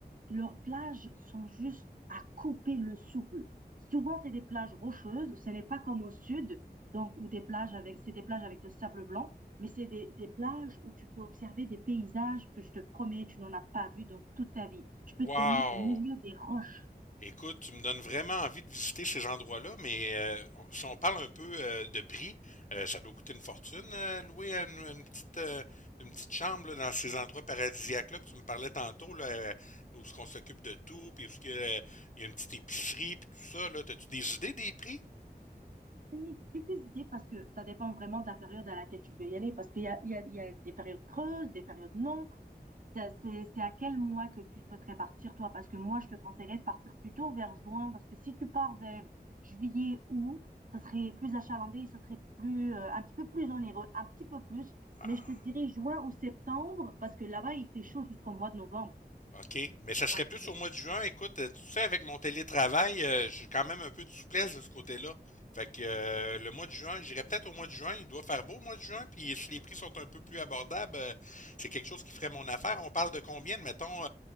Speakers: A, on the right (about 50°); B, on the left (about 45°).
A: leurs plages sont juste à couper le souffle. Souvent, c'est des plages rocheuses. Ce n'est pas comme au sud, donc où des plages avec, c'est des plages avec de sable blanc, mais c'est des, des plages où tu peux observer des paysages que je te promets, tu n'en as pas vu dans toute ta vie. Tu
B: Wow!
A: peux te baigner au milieu des roches.
B: Écoute, tu me donnes vraiment envie de visiter ces endroits-là, mais euh, on- si on parle un peu euh, de prix, euh, ça doit coûter une fortune, euh, louer une, une petite, euh, une petite chambre là, dans ces endroits paradisiaques-là que tu me parlais tantôt, là, euh, où ce qu'on s'occupe de tout, puis où ce qu'il y a- une petite épicerie, puis tout ça, là. T'as-tu des idées des prix?
A: J'ai quelques idées parce que ça dépend vraiment de la période à laquelle tu veux y aller, parce qu'il y a, il y a- il y a des périodes creuses, des périodes non, c'est à quel mois que tu souhaiterais partir, toi? Parce que moi, je te conseillerais de partir plutôt vers juin, parce que si tu pars vers juillet, août, ça serait plus achalandé ça serait plus, euh, un petit peu plus onéreux, un petit peu plus.
B: Ah.
A: Mais je te dirais juin ou septembre, parce que là-bas, il fait chaud jusqu'au mois de novembre.
B: OK, mais ça serait
A: Donc,
B: plus au mois de juin. Écoute, euh, tu sais, avec mon télétravail, euh, j'ai quand même un peu de souplesse de ce côté-là. Fait que euh, le mois de juin, j'irais peut-être au mois de juin. Il doit faire beau au mois de juin. Puis si les prix sont un peu plus abordables, euh, c'est quelque chose qui ferait mon affaire. On parle de combien, mettons,